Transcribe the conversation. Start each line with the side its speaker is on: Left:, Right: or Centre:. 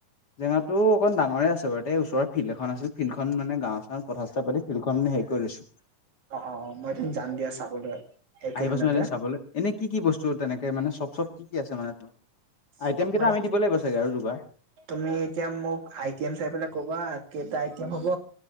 Left: জেগাটো অকণ ডাঙৰে আছে বাৰু, এই ওচৰ ফিল্ড এ আছিলিল্ডখন মানে গাঁৱৰ-চাঁওত কথা চথা পাতি ফিল্ডখন হেৰি কৰি লৈছো।
Right: অ', অ', মই এদিনি যাম দিয়া চাবলৈ। একেদিনতে
Left: আহি পাচোন এদিন চাবলৈ এনে, কি কি বস্তু তেনেকে মানে চব চব কি কি আছে মানে তোমাৰ?
Right: চব
Left: আইটেম কেইটা
Right: মানে
Left: আমি দিব লাগিব চাগে আৰু যোগাৰ?
Right: তুমি এতিয়া মোক আই টি এম চাই পেলাই কবা কেইটা আই টি এম হ'ব।